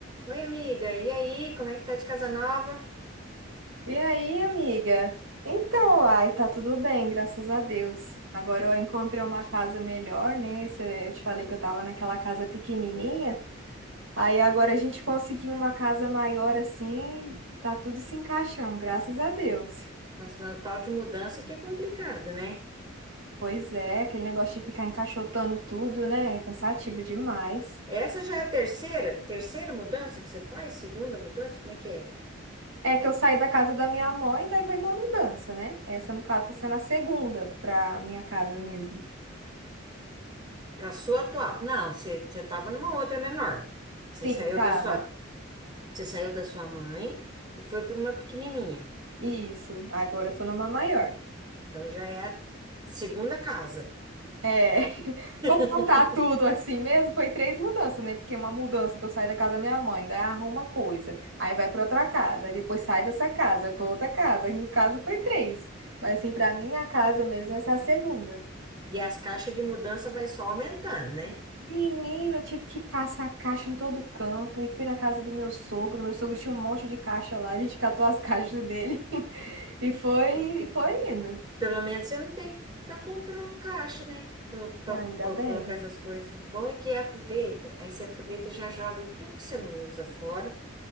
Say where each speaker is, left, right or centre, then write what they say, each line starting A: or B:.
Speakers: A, on the right; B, on the right.
A: Oi, amiga. E aí, como é que tá de casa nova?
B: E aí, amiga? Então, ai, tá tudo bem, graças a Deus. Agora eu encontrei uma casa melhor, né? Cê- Eu te falei que eu tava naquela casa pequenininha. Aí agora a gente conseguiu uma casa maior assim, tá tudo se encaixando, graças a Deus.
A: Nossa, mas o tal de mudança que é complicado, né?
B: Pois é, aquele negócio de ficar encaixotando tudo, né? É cansativo demais.
A: Essa já é a terceira, terceira mudança que você faz? Segunda mudança? Como é que é?
B: É que eu saí da casa da minha mãe, daí foi uma mudança, né? Essa, no caso, tá sendo a segunda pra minha casa mesmo.
A: Pra sua atual. Não, você, você tava numa outra menor. Você
B: Sim,
A: saiu
B: tava.
A: da sua, você saiu da sua mãe e foi para uma pequenininha.
B: Isso, agora eu tô numa maior.
A: Então já é a segunda casa.
B: É, <laughs>
A: <laughs>
B: vou contar tudo assim mesmo, foi três mudanças, né? Porque uma mudança que eu saí da casa da minha mãe, daí arruma coisa, aí vai pra outra casa, aí depois sai dessa casa, vai pra outra casa, aí no caso foi três. Mas assim, pra minha casa mesmo, essa é a segunda.
A: E as caixas de mudança vai só aumentando, né?
B: Menino, eu tive que caçar caixa em todo canto, e fui na casa do meu sogro, meu sogro tinha um monte de caixa lá, a gente catou as caixas dele, <laughs> e foi, e foi indo.
A: Pelo menos você não tem que ficar comprando caixa, né? Para
B: E ainda bem,
A: colocar essas coisas. Bom é que aproveita. Aí você aproveita e já joga tudo que você não usa fora,